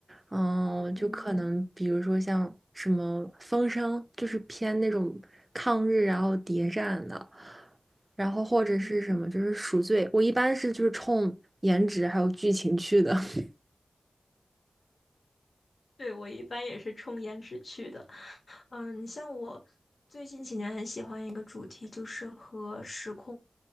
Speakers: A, on the right; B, on the left.
A: 嗯，
B: 嗯
A: 就可能比如说像什么《风声》，就是偏那种抗日然后谍战的，然后或者是什么就是赎罪，
B: 嗯，
A: 我一般是就是冲颜值还有剧情去的。<laughs>
B: 对，我一般也是冲颜值去的。嗯，你像我最近几年很喜欢一个主题，就是和时空